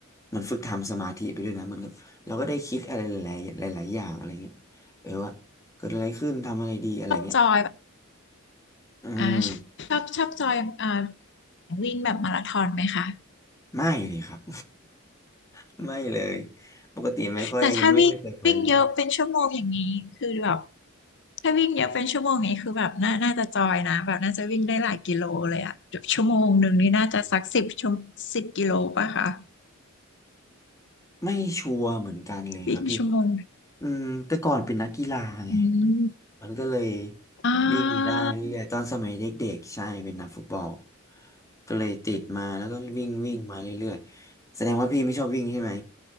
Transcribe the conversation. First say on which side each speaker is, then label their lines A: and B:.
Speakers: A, on the left; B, on the left.
A: มันฝึกทำสมาธิไปด้วยนะมันก็เราก็ได้คิดอะไรหลายๆหลายๆอย่างอะไรเงี้ยเออว่าเกิดอะไรขึ้นทำอะไรดีอะไรเงี้ย
B: ชอบจอยแบบ
A: อืม
B: อ่าชอบชอบจอยอ่าวิ่งแบบมาราธอนไหมคะ
A: ไม่เลยครับ <laughs> ไม่เลยปกติไม่ค่อยไม่ไม่เคยไปเลย
B: แต่ถ้าวิ่งวิ่งเยอะเป็นชั่วโมงอย่างนี้คือแบบถ้าวิ่งเยอะเป็นชั่วโมงอย่างนี้คือแบบน่าน่าจะจอยนะแบบน่าจะวิ่งได้หลายกิโลเลยอะแบบชั่วโมงหนึ่งนี่น่าจะสักสิบชั่วสิบกิโลป่ะคะ
A: ไม่ชัวร์เหมือนกันเลยครับพี่
B: วิ่งชั่วโมง
A: อืมแต่ก่อนเป็นนักกีฬาไง
B: อืม
A: มันก็เลย
B: อ่
A: วิ่งได้เรื่อยๆตอนสมัยเด็กๆใช่เป็นนักฟุตบอล
B: า
A: ก็เลยติดมาแล้วก็วิ่งวิ่งมาเรื่อยๆแสดงว่าพี่ไม่ชอบวิ่งใช่ไหม